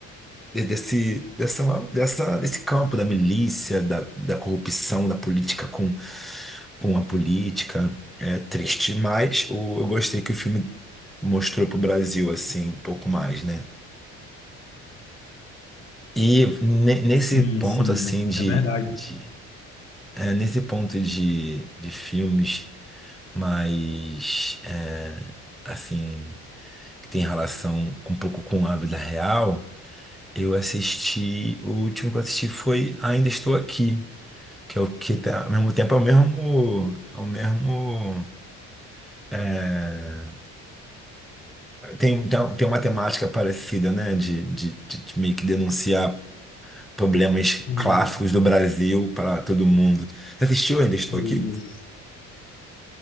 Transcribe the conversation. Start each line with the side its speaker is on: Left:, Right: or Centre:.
Centre: de- desse, dessa, dessa, desse campo da milícia, da, da corrupção, da política com, com a política. É triste, mas o, eu gostei que o filme mostrou pro Brasil, assim, um pouco mais, né? E ne- nesse
Left: sim,
Centre: ponto,
Left: sim,
Centre: assim,
Left: é,
Centre: de,
Left: é verdade.
Centre: de é, nesse ponto de, de filmes mais, é, assim que tem relação um pouco com a vida real, eu assisti, o último que eu assisti foi Ainda Estou Aqui, que é o que tá, ao mesmo tempo é o mesmo, é o mesmo, é, tem, tem tem uma temática parecida, né, de, de, de, de meio que denunciar problemas
Left: Sim,
Centre: clássicos do Brasil para todo mundo. Você assistiu Ainda Estou
Left: isso.
Centre: Aqui?